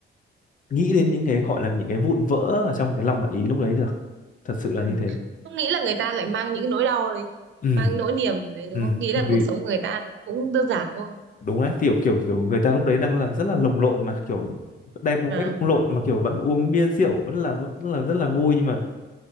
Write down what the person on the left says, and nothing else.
nghĩ đến những cái gọi là những cái vụn vỡ ở trong cái lòng bạn ý lúc đấy được thật sự là
như thế
ừ
Ừ,
bởi
vì
đúng đấy kiểu kiểu kiểu người ta lúc đấy đang là rất là lồng lộn mà kiểu đẹp một
cách lồng lộn mà kiểu vẫn uống bia rượu vẫn là vẫn là rất là vui nhưng mà